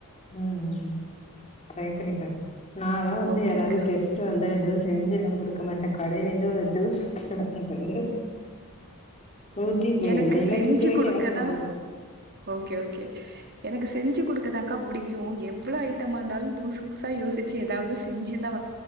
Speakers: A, on the left; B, on the right.
A: ம் ம் ட்ரை பண்ணிப்பாக் நால வந்து
B: ஓகேக்கா
A: யாராவது கெஸ்ட் டு வந்த எதுவு செஞ்சுல்லா குடுக்க மாட்டே கடையிலருந்து ஒரு ஜூஸ் கெளம்பிட்டு வந்து ஊத்தி
B: எனக்கு
A: மெயினா
B: செஞ்சு
A: சீக்கிரோ
B: குடுக்கதா
A: கெளம்பிடுவாங்க
B: ஓகே ஓகே எனக்கு செஞ்சு குடுக்கதாக்கா புடிக்கு எவ்ளோ ஐட்டமா இருந்தாலு புதுசு புதுசா யோசிச்சு ஏதாவது செஞ்சுதா